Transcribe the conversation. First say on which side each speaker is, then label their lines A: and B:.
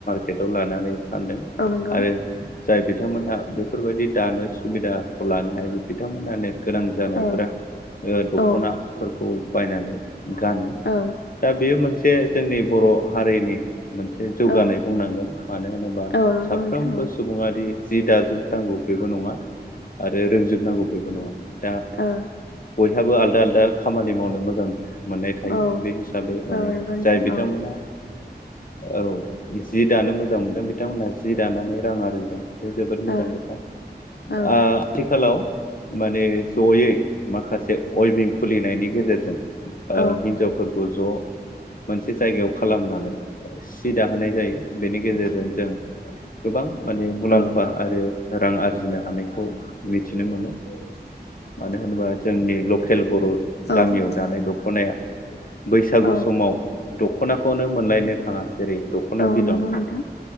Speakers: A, on the left; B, on the left.
A: पेटआव लानानै फानदों
B: औ नंगौ
A: आरो। जाय बिथांमोनहा बेफोरबायदि दानो सुबिदाखौ लानो हायो बिथांमोनानो। गोनां जानायफोरा
B: ओ
A: दख'नाफोरखौ
B: औ
A: बायनानै गानो।
B: ओ
A: बे मोनसे जोंनि बर' हारिनि मोनसे जौगानाय
B: औ
A: बुंनांगोन मानो होनोबा
B: औ नंगौ
A: साफ्रोमबो
B: नोंथां औ
A: सुबुङारि। जि दाजोबनांगौ बेबो नङा आरो रोंजोबनांगौ बेबो नङा। दा
B: औ
A: बयहाबो आलदा आलदा खामानि मावनो मोजां मोननाय थायो
B: ओ
A: बे हिसाबै। हिसाबै माने
B: औ नंगौ नोंथां
A: जाय बिथांमोनहा।
B: औ
A: औ जि दानो मोजां मोनदों बिथांमोनहा जि दानानै रां आरजिदों। बे जोबोद मोजां
B: ओ
A: खोथा
B: औ
A: आथिखालाव माने। जयै माखासे अइभिं खुलिनायनि गेजेरजों ओ
B: औ
A: हिनजावफोर। ज' मोनसे जायगायाव खालामनानै सि दाहोनाय जायो बेनि गेजेरजों। जों गोबां माने मुलाम्फा
B: औ
A: आरो। रां आरजिनो हानायखौ मिथिनो मोनो।
B: <inaudible>
A: मानो होनोबा जोंनि लकेल बर'
B: औ
A: गामियाव दानाय दख'नाया बैसागु
B: औ
A: समाव दख'नाखौनो मोनलायनो थाङा जेरै दख'ना
B: औ
A: बिदन।
B: नंगौ नोंथां